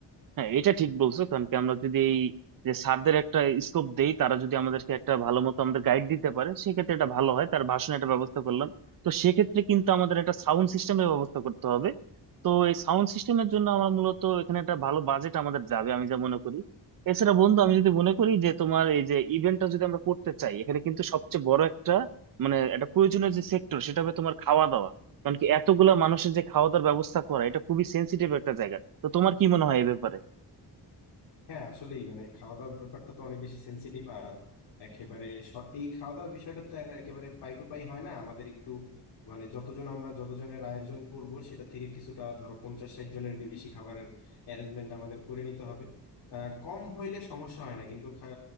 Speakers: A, on the right; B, on the left.
A: হ্যাঁ এটা ঠিক বলছো কারণ কি আমরা যদি এই যে স্যারদের একটা স্কোপ দেই তারা যদি আমাদেরকে একটা ভালো মতো আমাদের গাইড দিতে পারে সেক্ষেত্রে এটা ভালো হয় তার ভাষণে একটা ব্যবস্থা করলাম তো সেক্ষেত্রে কিন্তু আমাদের একটা সাউন্ড সিস্টেমের ব্যবস্থা করতে হবে তো এই সাউন্ড সিস্টেমের জন্য আমরা মূলত এখানে একটা ভালো বাজেট আমাদের যাবে আমি যা মনে করি এছাড়া বন্ধু আমি যদি মনে করি যে তোমার এই যে ইভেন্টটা যদি আমরা করতে চাই এখানে কিন্তু সবচেয়ে বড় একটা মানে একটা প্রয়োজনীয় যে সেক্টর সেটা হবে তোমার খাওয়া দাওয়া কারণ কি এতগুলা মানুষের যে খাওয়া দাওয়ার ব্যবস্থা করা এটা খুবই সেন্সিটিভ একটা জায়গা তো তোমার কি মনে হয় এই ব্যাপারে
B: হ্যাঁ আসলেই মানে খাওয়া দাওয়ার ব্যাপারটা তো অনেক বেশি সেন্সিটিভ আর একেবারে স- এই খাওয়া দাওয়ার বিষয়টা তো আর একেবারে পাই টু পাই হয় না আমাদের একটু মানে যতজন আমরা যতজনের আয়োজন করব সেটা থেকে কিছুটা ধরো পঞ্চাশ ষাট জনের বেশি খাবারের অ্যারেঞ্জমেন্ট আমাদের করে নিতে হবে আহ, কম হইলে সমস্যা হয় না কিন্তু খা-